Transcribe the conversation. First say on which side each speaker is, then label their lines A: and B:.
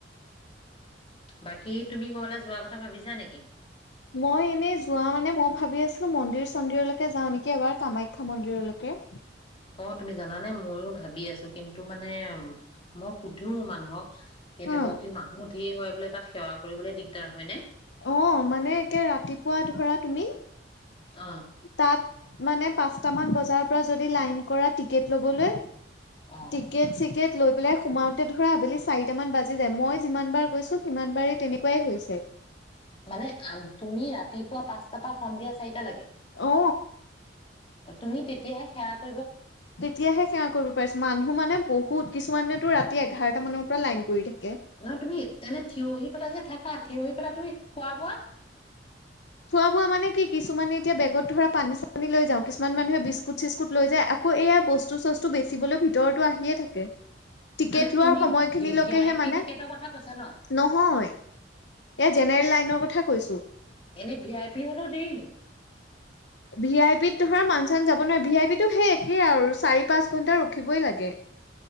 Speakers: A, on the left; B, on the left.
A: বাকী তুমি ক'ৰবালৈ যোৱা কথা ভাবিছা নেকি
B: মই এনে যোৱা মানে মই ভাবি আছিলোঁ, মন্দিৰ-চন্দিৰলৈকে যাওঁ নেকি এবাৰ? কামাখ্যা মন্দিৰলৈকে?
A: অ' তুমি জানে ময়ো ভাবি আছোঁ‌। কিন্তু মানে মই সুধিও মানুহক কেনেকুৱা
B: অ
A: কি মানুহ ঢেৰ হয় বোলে। তাত সেৱা কৰিবলৈ দিগ তাৰ হয়নে
B: অ'। মানে একে ৰাতিপুৱা ধৰা তুমি
A: অ
B: তাত মানে পাঁ‌চটামান বজাৰ পৰা যদি লাইন কৰা টিকেট ল'বলে
A: অ
B: টিকেট-চিকেট লৈ পেলাই সোমাওতে ধৰা আবেলি চাৰিট মান বাজি যায় মই যিমান বাৰ গৈছো সিমান বাৰ তেনেকুৱাই হৈছে।
A: মানে আ- তুমি ৰাতিপুৱা পাঁচটাৰ পৰা সন্ধিয়া চাৰিটা লৈকে
B: অ
A: অ' তুমি তেতি সতিয়াে খে <inaudible>
B: তেতিয়াহে সেৱা কৰিব পাৰিছোঁ। মানুহ মানে বহুত। কিছুমানেতো ৰাতি এঘাৰটামানৰ পৰা লাইন কৰি থা
A: নহয়, তুমি তেনে থিয় হৈ পেলাই যে থা খ থিই পেলাই তুমি খোৱা বোৱা <unintelligible>
B: খোৱা-বোৱা মানে কি, কিছুমানে এতিয়া বেগত ধৰা পানী-চানী লৈ যাওঁ। কিছুমান মানুহে বিস্কুট-চিস্কুট লৈ যায়। আকৌ এয়া বস্তু-চস্তু বেচিবলৈ ভিতৰতো আহিয়ে থাকে। টিকেট
A: মানে তুমি
B: লোৱাৰ সময়খিনিলৈকেহে
A: ভি আই পি
B: মানে।
A: টিকেটৰ কথা কৈছা ন
B: নহয়। এ জেনেৰেল লাইন ৰ কথা কৈছোঁ।
A: এনেই ভি আই পি হল দৰি
B: ভি আই পিত ধৰা মানুহ- চান যাব নোৱাৰে। ভি আই পিতো সেই একেই আৰু। চাৰি-পাঁচ ঘন্টা ৰখিবই লাগে।